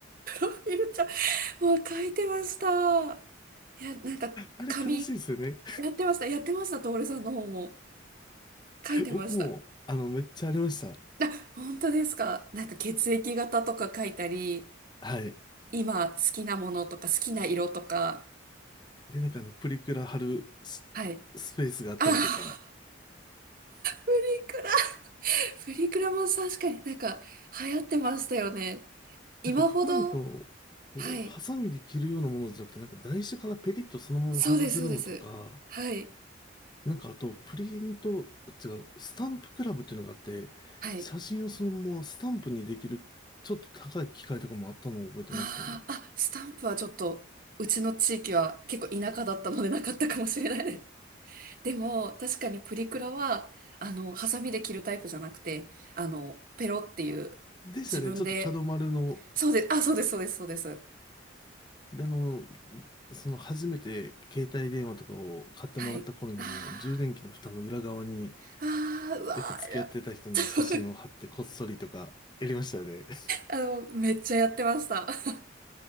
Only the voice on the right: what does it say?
ー、フィルちゃん。もう書いてました。いや、なんか、
紙、やってました。やってました。徹さんの方も。書いてました。
あ、本当ですか。なんか血液型とか書いたり、
今好きなものとか好きな色とか。
はい。
ああ、プリクラ。プリクラも確かになんか流行ってましたよね。今ほど、
はい。
そうです、そうです。はい。
はい。
ああ、あ、スタンプはちょっと、うちの地域は結構田舎だったのでなかったかもしれないです。でも、確かにプリクラは、あの、ハサミで切るタイプじゃなくて、あの、ペロっていう、
自分で、
そうです、あ、そうです、そうです、そうです。
はい。あ
ー、あー、うわー、
や <laughs>
あの、めっちゃやってました。<laughs>